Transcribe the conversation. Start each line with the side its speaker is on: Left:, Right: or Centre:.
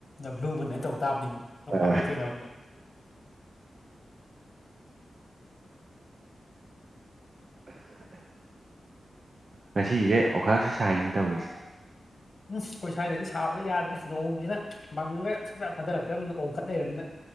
Left: ꯍꯥꯢꯅꯇꯧꯇꯥꯕꯅꯤꯅꯦ ꯅꯣꯡ
Right: ꯑ
Left: ꯐꯥꯗꯣꯛ ꯊꯦꯡꯅꯕꯗ
Right: ꯉꯁꯤꯁꯦ ꯑꯣꯛꯈꯥꯛꯁꯨ ꯁꯥꯏꯅꯦ ꯇꯧꯔꯤꯁꯦ
Left: ꯎꯝ ꯑꯩꯈꯣꯏ ꯁ꯭ꯋꯥꯏꯗꯗꯤ ꯁꯥꯕ ꯌꯥꯗ꯭ꯔꯦ ꯅꯣꯡꯁꯤꯅ ꯃꯪꯉꯒ ꯁꯨꯡꯇꯥ ꯔꯥꯗꯔꯛꯇ꯭ꯔꯕꯅꯤꯅ ꯑꯣꯝꯈꯠ ꯂꯩꯔꯕꯅꯤꯅ